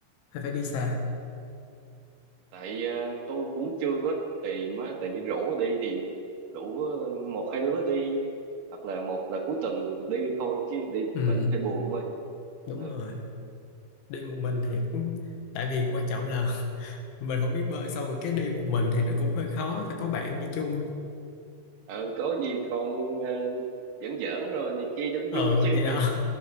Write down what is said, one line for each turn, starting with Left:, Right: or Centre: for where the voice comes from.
Left: Hay phải đi xa?
Right: tại ờ, tôi cũng chưa có tìm á tại vì rủ đi thì rủ ờ, một hai đứa đi hoặc là một là cuối tuần đi thôi chứ đi một
Left: Ừ,
Right: mình hơi buồn thôi
Left: đúng
Right: ừ.
Left: rồi. Đi một mình thiệt. Tại vì quan trọng là <laughs> mình không biết bơi xong rồi cái đi một mình thì nó cũng hơi khó. Phải có bạn đi chung.
Right: ờ có gì còn ờ, giỡn giỡn rồi này kia cho nó
Left: Ờ,
Right: vui chứ
Left: thì đó.